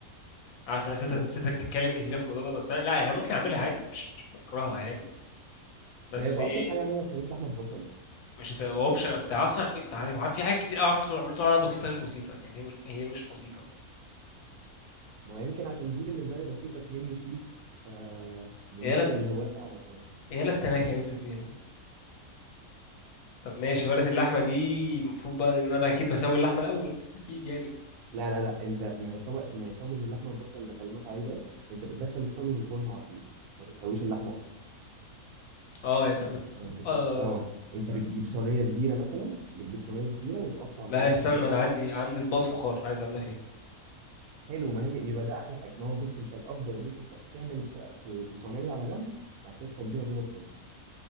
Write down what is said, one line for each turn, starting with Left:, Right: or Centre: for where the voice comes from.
Left: عارف انا
Right: <laughs>
Left: ستك ستك تتكلم كتير في الموضوع ده بس انا لا يعني ممكن اعملها عادي مش مش بكرهها يعني بس
Right: ما يبقى
Left: ايه
Right: ابسط حاجة اعمل لك صينية لحمة ببصل بقى
Left: مش هتبقى اوبشن انت اصلا كنت- انت عارف عارف في حاجات كتير قوي عارف تقول عملت عليها بسيطة مش بسيطة يعني هي مش هي مش بسيطة
Right: ما يمكن عشان دي بالنسبة لي بسيطة مني شيف فبالنسبة
Left: يا لا
Right: للي هو صعبة شوية
Left: يا لا التناكة اللي انت فيها طب ماشي ورقة اللحمة دي المفروض بقى ان انا اكيد بسوي اللحمة الاول اكيد يعني
Right: لا لا لا انت ما هي طبق ما هي طاجن اللحمة بالبصل اللي بكلمك عليه ده انت بتدخل الطاجن الفرن على طول ما بتسويش اللحمة اصلا
Left: اه يعني انت بت...
Right: يعني
Left: بت...
Right: انت انت
Left: آه...
Right: اه انت
Left: مم.
Right: بتجيب صينية كبيرة مثلا بتجيب صينية كبيرة وتقطع جواها
Left: لا استنى
Right: الخضار
Left: انا عندي عندي اطباق فخار عايز اعملها فيها
Right: حلو ما هي يبقى ده احلى حاجه ما هو بص انت الافضل ان انت تح- تعمل في في في صينيه على جنب بعد كده تفضيها جوه الطاجن